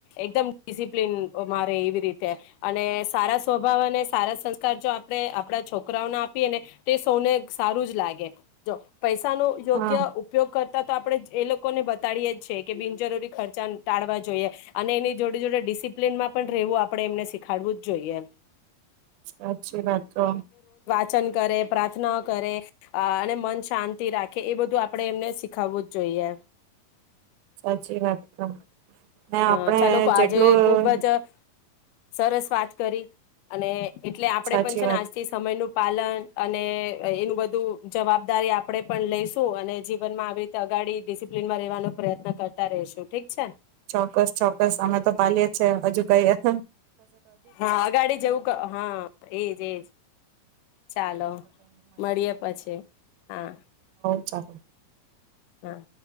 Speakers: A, on the left; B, on the right.
A: એકદમ ડિસિપ્લિન મારે એવી રીતે અને સારા સ્વભાવ અને સારા સં, જો આપણે આપડા છોકરાઓને આપીએ ને તો તે સૌને સારું જ લાગે જો પૈસા ન યોગ્ય
B: હા
A: ઉપયોગ કર તો આપણેે એ લોકોને બતાડીએ જ છે કે બિનજરૂરી ખર્ચા ટાળવા જોઈએ અને એની જોડે જોડે ડિસિપ્લીનમાં પણ રહેવું આપડણે એમને શીખાડવું જ જોઈએ
B: સાચી વાત તો
A: પાચન કરે પ્રાર્થના કરે અને મન શાંતિ રાખે એ બધું આપણે એમને શીખાવવું જ જોઈએ
B: સાચી વાત તો ને આપડે
A: અ ચાલો આજે
B: જેટલું
A: ખુબ જ સરસ વાત કરી અને એટલે આપડે
B: સાચી
A: પણ છે
B: વાત
A: ને આજથી સમયનું પાલન અને એનું બધું જવાબદારી આપે પણ લઈશું અને જીવન માં આવી રીતે અગાડી ડિસિપ્લીનમાં રહેેવાનો પ્રયત્ન કરતા રે શું ઠીક છે
B: ચોક્કસ ચોક્કસ અમે તો પાલીએી છે હજુ કાંઈ
A: હા અગાડી જવું હા એજ એજ ચાલો મળીએ પછી હા
B: <inaudible>
A: હા